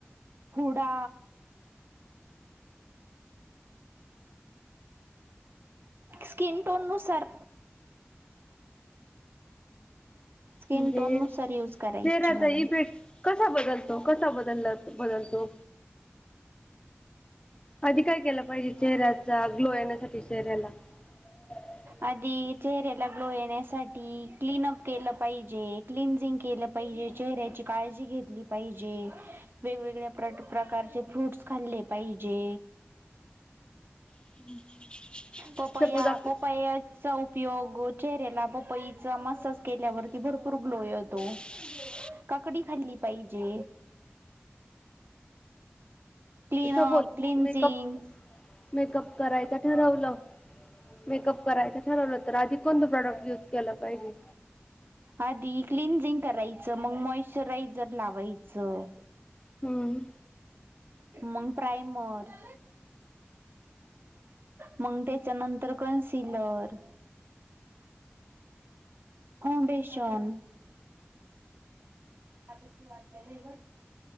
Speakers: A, on the right; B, on the left.
A: Huda. Skin tone नुसार स्किन
B: म्हणजे
A: टोन नुसार युज करायची
B: चेहऱ्याचा
A: मॅडम.
B: इफेक्ट कसा बदलतो कसा बदलला बदलतो? आधी काय केलं पाहिजे चेहऱ्याचा. ग्लो येण्यासाठी चेहऱ्याला? <unintelligible>
A: आधी चेहऱ्याला ग्लो येण्यासाठी क्लिनअप केलं पाहिजे. क्लिनझिंग केलं पाहिजे. चेहऱ्याची काळजी घेतली पाहिजे. वेगवेगळ्या प्रट प्रकारचे फ्रूट्स खाल्ले पाहिजे.
B: <unintelligible>
A: पपया,
B: सपोज आप
A: पप पपयाचा उपयोग चेहऱ्याला पपईचा मसाज केल्यावरती भरपूर ग्लो येतो.
B: <unintelligible>
A: काकडी खाल्ली पाहिजे. clean-up,
B: Suppose
A: cleansing
B: makeup makeup करायचं ठरवलं. मेकअप करायचं ठरवलं. तर आधी कोणत प्रॉडक्ट युज केला पाहिजे?
A: आधी क्लिन्झिंग करायचं, मग मॉश्चरायझर लावायचं.
B: हम्म.
A: मग प्राईमर, मग त्याच्यानंतर कनसिलर फाउंडेशन, आताची वाट्या लय घट्ट.